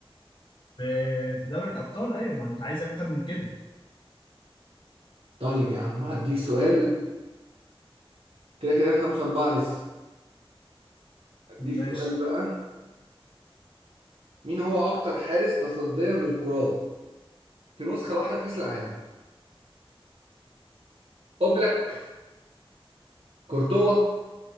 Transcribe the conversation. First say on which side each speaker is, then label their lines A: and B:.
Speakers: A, on the left; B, on the right.
A: في في دوري الأبطال أيوة ما أنت عايز أكتر من كده
B: طيب يا عم هديك سؤال كده كده أنا خمسة أربعة لسه هديك
A: ماشي
B: سؤال بقى مين هو أكتر حارس تصديا للكرات في نسخة واحدة في كأس العالم أوبلاك كورتوا